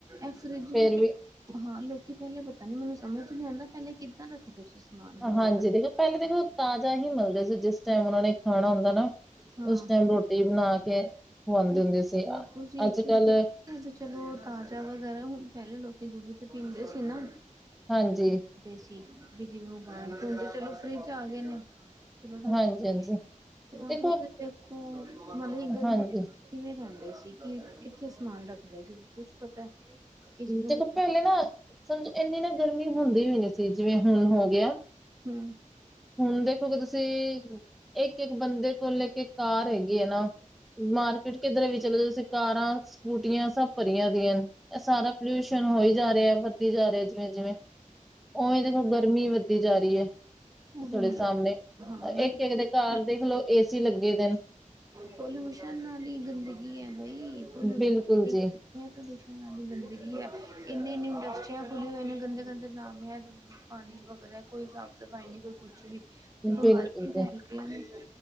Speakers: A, on the right; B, in the centre.
A: ਅਕਚੂਲੀ
B: ਫੇਰ
A: ਜਿਵੇੰ ਜੀ
B: ਵੀ
A: ਹਾਂ ਲੋਕੀ ਪਹਿਲੇ ਪਤਾ ਨੀ ਮੈਨੂੰ ਸਮਝ ਨੀ ਆਉਂਦਾ, ਪਹਿਲੇ ਕਿੱਦਾਂ ਰੱਖਦੇ ਸੀ ਸਮਾਨ ਵਗੈਰਾ।
B: ਹਾਂਜੀ ਦੇਖੋ ਪਹਿਲੇਾਂ ਦੇਖੋ ਤਾਜ਼ਾ ਹੀ ਮਲਦੇ ਸੀ, ਜਿਸ ਟਾਈਮ ਉਹਨਾ ਨੇ ਖਾਣਾ ਹੁੰਦਾ ਨਾ,
A: ਹਾਂ
B: ਉਸ ਟਾਈਮ ਰੋਟੀ ਰੋਟੀ ਬਣਾ ਕੇ ਖਵਾਂਦੇ
A: ਉਹ
B: ਹੁੰਦੇ ਸੀ
A: ਹੋਰ ਤੁਸੀਂ
B: ਅੱਜ
A: ਇੱਕ ਚੀਜ਼
B: ਕੱਲ
A: ਦੇਖੀ ਵੀ ਚਲੋ ਤਾਜ਼ਾ ਵਗੈਰਾ ਹੁਣ ਪਹਿਲੇ ਲੋਕੀ ਦੁੱਧ ਤੇ ਪੀਂਦੇ ਸੀ ਨਾ
B: ਹਾਂਜੀ
A: ਹੁੰਦੇ ਸੀ ਵੀ, ਜਿਵੇਂ ਉਹ ਬਾਲਦੇ ਹੁੰਦੇ ਸੀ, ਹੁਣ ਚਲੋ ਫਰਿੱਜ ਆ ਗਏ ਨੇ। ਚਲੋ ਰੱਖ
B: ਹਾਂਜੀ,
A: ਦਿੰਦੇ
B: ਹਾਂਜੀ
A: ਤੇ ਹੁਣ
B: ਦੇਖੋ
A: ਤੁਸੀਂ ਦੇਖੋ ਮਤਲਬ ਗਰਮੀ
B: ਹਾਂਜੀ
A: ਕਿਵੇਂ ਰਹਿੰਦੇ ਸੀ, ਕਿ ਕਿੱਥੇ ਸਮਾਨ ਰੱਖਦੇ ਸੀ, ਕੁੱਛ ਪਤਾ ਕਿਸੇ ਨੂੰ
B: ਦੇਖੋ
A: ਕੁਛ
B: ਪਹਿਲੇ ਨਾ ਸਮਝੋ ਇੰਨੀ ਨਾ ਗਰਮੀ ਹੁੰਦੀ ਵੀ ਨੀ ਸੀ, ਜਿਵੇਂ ਹੁਣ ਹੋ ਗਿਆ।
A: ਹੂ
B: ਹੁਣ ਦੇਖੋਗੇ ਤੁਸੀਂ ਇੱਕ ਇੱਕ ਬੰਦੇ ਕੋਲ ਏ ਕੇ ਕਾਰ ਹੈਗੀ ਹੈ ਨਾ, ਮਾਰਕੀਟ ਕਿੱਧਰੇ ਵੀ ਚਲੇ ਜਾ ਤੁਸੀਂ ਕਾਰਾਂ! ਸਕੂਟੀਆਂ ਸਭ ਭਰੀਆਂ ਦੀਆਂ ਨੇ ਇਹ ਸਾਰਾ ਪੋਲਿਊਸ਼ਨ ਹੋ ਹੀ ਜਾ ਰਿਹਾ ਹੈ, ਵੱਧਦੀ ਜਾ ਰਿਹਾ ਜਿਵੇਂ ਜਿਵੇਂ ਉਵੇਂ ਦੇਖੋ ਗਰਮੀ ਵੱਧਦੀ ਜਾ ਰਹੀ ਹੈ।
A: ਹਾਂਜੀ
B: ਤੁਹਾਡੇ ਸਾਹਮਣੇ,
A: ਉਹ ਹਾਂ
B: ਇੱਕ ਇੱਕ ਦੇ ਘਰ ਦੇਖਲੋ ਏਸੀ ਲੱਗੇ ਦੇ ਨੇ।
A: ਪੋਲਿਊਸ਼ਨ ਨਾਲ ਈ ਗੰਦਗੀ ਹੈ ਬਾਈ, ਪੋਲਿਊਸ਼ਨੀ
B: ਬਿਲਕੁਲ ਜੀ।
A: ਗ ਪੋਲਿਯੂਸ਼ਨ ਨਾਲ ਇ ਗੰਦਗੀ ਹੈ, ਇੰਨੀ ਇੰਨੀ ਇੰਡਸਟਰੀਆਂ ਖੁੱਲ੍ਹੀਆਂ ਹੋਈਆਂ ਨੇ ਗੰਦੇ ਗੰਦੇ ਨਾਮ ਪਾਣੀ ਵਗਦਾ ਐ, ਕੋਈ ਸਾਫ਼ ਸਫ਼ਾਈ ਨਹੀਂ ਕੋਈ ਕੁਛ ਵੀ। ਤੇ ਬਿਮਾਰੀ
B: ਬਿਲਕੁਲ
A: ਵੀ ਫੈਲ
B: ਜੀ
A: ਗਈਆਂ।